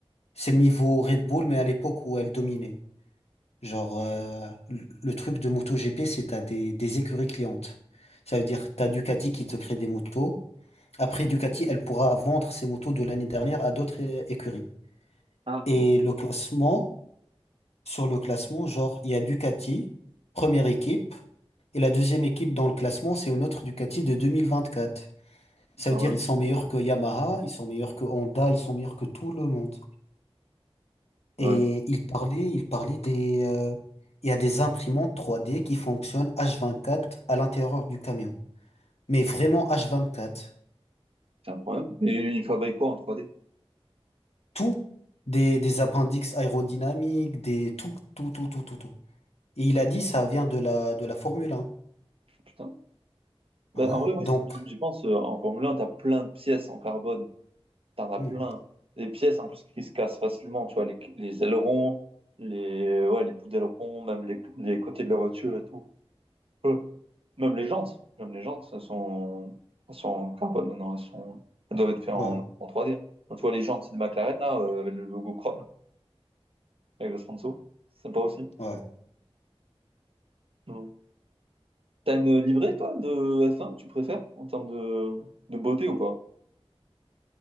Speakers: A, on the left (about 85°); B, on the right (about 65°).
A: c'est le niveau Red Bull, mais à l'époque où elle dominait. Genre, euh, le le truc de MotoGP, c'est t'as des, des écuries clientes. Ça veut dire t'as Ducati qui te crée des motos. Après, Ducati, elle pourra vendre ses motos de l'année dernière à d'autres euh, écuries.
B: Ah,
A: Et
B: ouais.
A: le classement, sur le classement, genre, il y a Ducati, première équipe. Et la deuxième équipe dans le classement, c'est une autre Ducati de 2024. Ça
B: Ah
A: veut dire
B: ouais,
A: ils sont meilleurs que Yamaha, ils sont meilleurs que Honda, ils sont meilleurs que tout le monde. Et
B: Ouais, du coup,
A: il parlait, il parlait des... euh, il y a des imprimantes 3D qui fonctionnent H24 à l'intérieur du camion. Mais vraiment H24.
B: c'est un problème. Et ils fabriquent quoi en 3D?
A: Tout. Des, des appendices aérodynamiques, des tout, tout, tout, tout, tout, tout. Et il a dit ça vient de la, de la Formule 1.
B: Putain. Ben,
A: Ouais.
B: en vrai, oui,
A: Donc,
B: c'est- bien. j'y pense, euh, en Formule 1, t'as plein de pièces en carbone T'en as
A: hmm,
B: plein. Les pièces, en plus, qui se cassent facilement, tu vois, les, les ailerons, les, ouais, les bouts d'ailerons, même les, les côtés de la voiture et tout. Euh, Même les jantes, même les jantes, elles sont, elles sont en carbone maintenant, elles sont, elles doivent être faites en,
A: ouais,
B: en trois d hein. Quand tu vois les jantes de McLaren, là, euh, avec le logo Chrome, avec le sponsor, c'est sympa aussi.
A: ouais.
B: Mm. T'as une livrée, toi, de F1 que tu préfères, en termes de, de beauté ou pas?